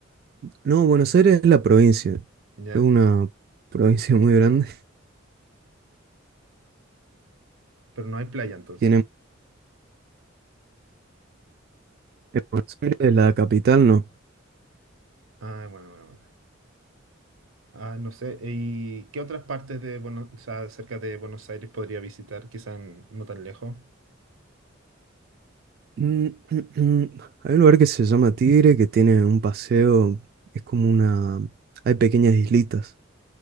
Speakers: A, on the right; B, on the right.
A: No, Buenos Aires es la provincia.
B: ¿Ya?
A: Es una provincia muy grande.
B: Pero no hay playa
A: <laughs>
B: entonces.
A: Tiene Buenos Aires, la capital, no.
B: Ah, bueno, bueno, bueno. Ah, no sé, ¿y qué otras partes de Buenos, o sea, cerca de Buenos Aires podría visitar? Quizás no tan lejos.
A: Mm, mm, mm. Hay un lugar que se llama Tigre, que tiene un paseo, es como una... Hay pequeñas islitas